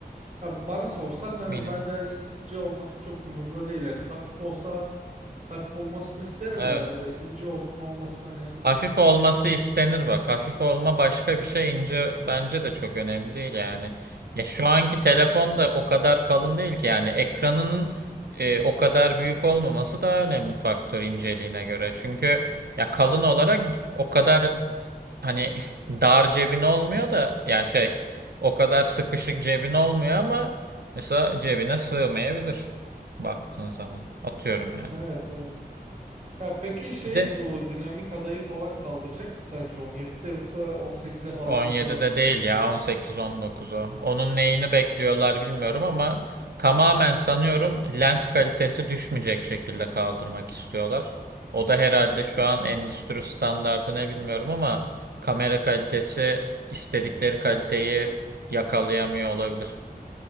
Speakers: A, on the right (about 45°); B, on the right (about 75°).
A: Ha, bana sorsan hani
B: mini.
A: ben de hani ince olması çok umurumda değil. Yani hafif olsa hafif olmasını isterim
B: Evet.
A: de hani öyle ince olsun olmasın hani.
B: Hafif olması istenir bak. Hafif olma başka bir şey. ince bence de çok önemli değil yani. Ya şu anki telefon da o kadar kalın değil ki yani ekranının e, o kadar büyük olmaması daha önemli faktör inceliğine göre. Çünkü ya kalın olarak o kadar hani <laughs> dar cebin olmuyor da yani şey o kadar sıkışık cebin olmuyor ama mesela cebine sığmayabilir baktığın zaman. Atıyorum yani.
A: Evet evet. Ya peki şey
B: Bir de
A: bu dinamik adayı falan kaldıracak mı sence on yedide yoksa 18'e falan
B: 17'de
A: kalır mı?
B: değil ya 18-19'u. Onun neyini bekliyorlar bilmiyorum ama tamamen sanıyorum lens kalitesi düşmeyecek şekilde kaldırmak istiyorlar. O da herhalde şu an endüstri standardı ne bilmiyorum ama kamera kalitesi istedikleri kaliteyi yakalayamıyor olabilir.